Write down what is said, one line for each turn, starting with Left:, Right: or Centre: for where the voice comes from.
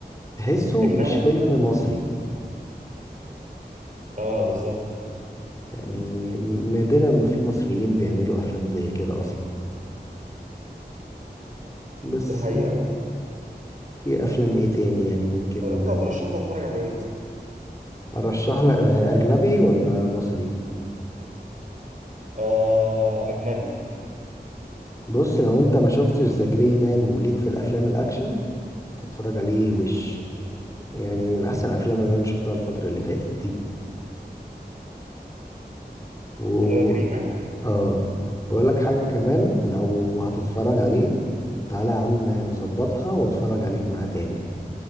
Left: تحسه
Right: لكن
Left: مش
Right: أنا أول
Left: فيلم
Right: ما أعرف-
Left: مصري
Right: آه بالظبط
Left: يعني نادرا ما في مصريين بيعملوا افلام زي كده اصلا بس
Right: دي حقيقة
Left: في افلام ايه تاني يعني ممكن
Right: طب أنت هترشح لي أتفرج على إيه مثلا؟
Left: ارشح لك آه، اجنبي ولا مصري
Right: آه أجنبي
Left: بص لو انت ما شفتش ذا جري مان وليك في الافلام الاكشن تتفرج عليه وش يعني من احسن الافلام اللي انا شفتها الفترة اللي فاتت دي و
Right: اللي هو جري مان
Left: اه واقول لك حاجة كمان لو هتتفرج عليه تعالى يا عم نظبطها واتفرج عليك معاه تاني